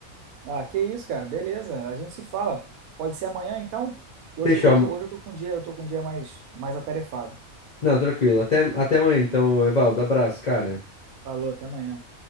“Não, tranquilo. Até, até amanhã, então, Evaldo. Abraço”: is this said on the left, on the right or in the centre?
Left